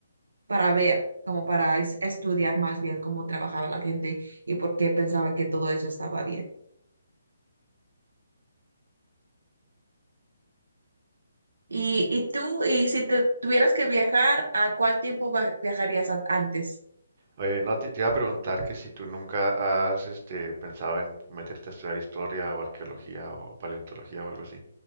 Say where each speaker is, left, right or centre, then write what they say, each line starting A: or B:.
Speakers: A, on the right; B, on the right.
A: para ver, como para es- estudiar más bien cómo trabajaba la gente y por qué pensaba que todo eso estaba bien. Y, y tú, y si te tuvieras que viajar, ¿a cuál tiempo va- viajarías an- antes?
B: Oye, no, te, te iba a preguntar que si tú nunca has este, pensado en meterte a estudiar historia o arqueología o paleontología o algo así.